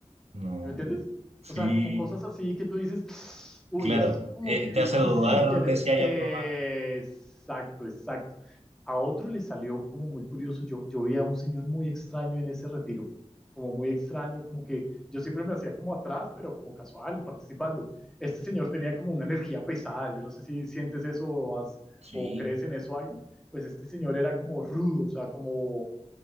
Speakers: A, on the right; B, in the centre.
A: No.
B: ¿Sí ¿Me entiendes?
A: Sí,
B: O sea, como cosas así que tú dices, uy,
A: claro.
B: esto como
A: Eh,
B: que difícil
A: te hace dudar
B: que le...
A: de si hay
B: Eh,
A: algo más.
B: exacto, exacto. A otro le salió como muy curioso. Yo, yo vi a un señor muy extraño en ese retiro, como muy extraño, como que yo siempre me hacía como atrás, pero como casual, participando. Este señor tenía como una energía pesada. Yo no sé si sientes eso o, has-
A: Sí,
B: o crees en eso o algo. Pues este señor era como rudo, o sea, como,